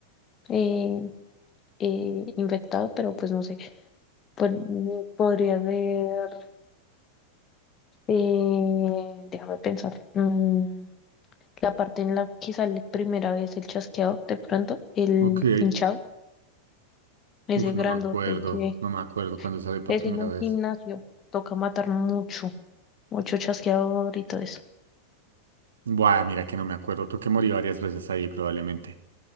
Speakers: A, on the left; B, on the right.
A: eh, eh, infectado, pero pues no sé. Pod- podría haber, eh, déjame pensar, mm, la parte en la que sale primera vez el chasqueador, de pronto, el
B: Ok.
A: hinchado, ese
B: Uf, no
A: grandote
B: me acuerdo.
A: que
B: No me acuerdo cuando sale por
A: Es
B: primera
A: en un
B: vez.
A: gimnasio. Toca matar mucho, mucho chasqueador y todo eso.
B: Buah, mira que no me acuerdo. Creo que morí varias veces ahí probablemente.